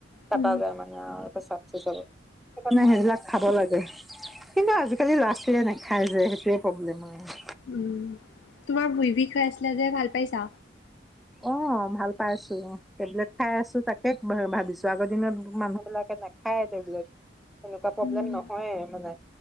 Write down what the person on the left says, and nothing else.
উম,
উম,
উম তোমাৰ ভূই বিষ হৈ আছিলে যে ভাল পাইছা
উম,